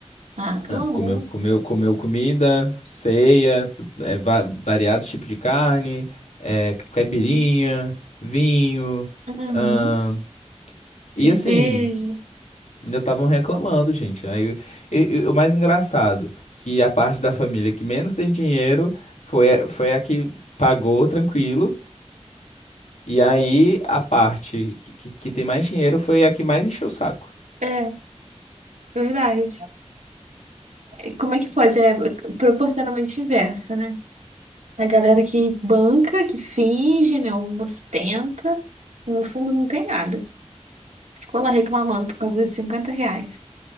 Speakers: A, on the right; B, on the left.
A: Ah, pelo
B: Ah,
A: amor.
B: comeu, comeu, comeu comida, ceia, é, va- variados tipos de carne, é, caipirinha,
A: Uhum.
B: vinho.
A: Uhum.
B: ahn, e
A: Cerveja.
B: assim. Ainda estavam reclamando, gente. Aí, e- e o mais engraçado, que a parte da família que menos tem dinheiro foi, a- foi a que pagou tranquilo. E aí a parte que, que, que tem mais dinheiro foi a que mais encheu o saco.
A: É, verdade. E Como é que pode? É proporcionalmente inversa, né? A galera que banca, que finge, né? Ostenta. No fundo não tem nada. Ficou lá reclamando por causa dos 50 reais.